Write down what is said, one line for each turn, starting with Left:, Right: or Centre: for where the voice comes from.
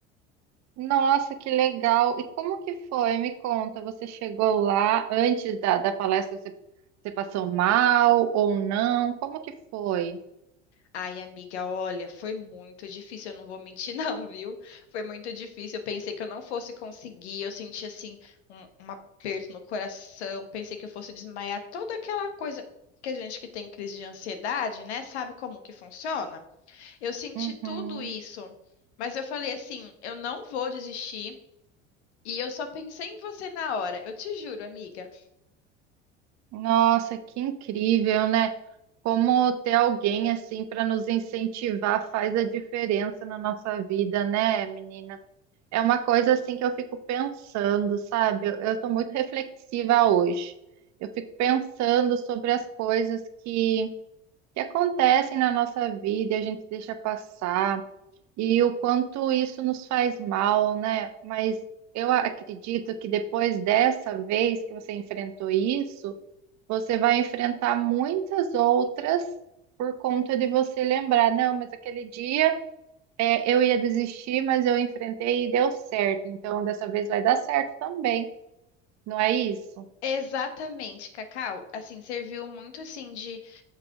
Right: Nossa, que legal! E como que foi? Me conta, você chegou lá antes da, da palestra, você, você passou mal ou não? Como que foi?
Left: Ai, amiga, olha, foi muito difícil, eu não vou mentir <laughs> não, viu? Foi muito difícil. Eu pensei que eu não fosse conseguir, eu senti assim um, um aperto no coração, pensei que eu fosse desmaiar, toda aquela coisa que a gente que tem crise de ansiedade, né, sabe como que funciona? Eu senti
Right: Uhum.
Left: tudo isso, mas eu falei assim, eu não vou desistir. E eu só pensei em você na hora, eu te juro, amiga.
Right: Nossa, que incrível, né? Como ter alguém assim para nos incentivar faz a diferença na nossa vida, né, menina? É uma coisa assim que eu fico pensando, sabe? Eu estou muito reflexiva hoje. Eu fico pensando sobre as coisas que, que acontecem na nossa vida e a gente deixa passar, e o quanto isso nos faz mal, né? Mas eu acredito que depois dessa vez que você enfrentou isso, você vai enfrentar muitas outras por conta de você lembrar, não, mas aquele dia é, eu ia desistir, mas eu enfrentei e deu certo. Então, dessa vez vai dar certo também, não é isso?
Left: Exatamente, Cacau. Assim, serviu muito assim de